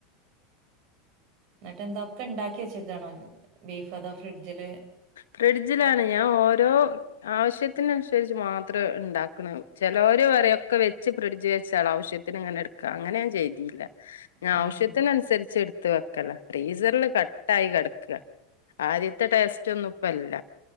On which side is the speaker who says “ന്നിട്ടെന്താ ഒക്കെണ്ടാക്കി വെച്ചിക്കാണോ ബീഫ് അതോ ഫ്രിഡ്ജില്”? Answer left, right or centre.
Right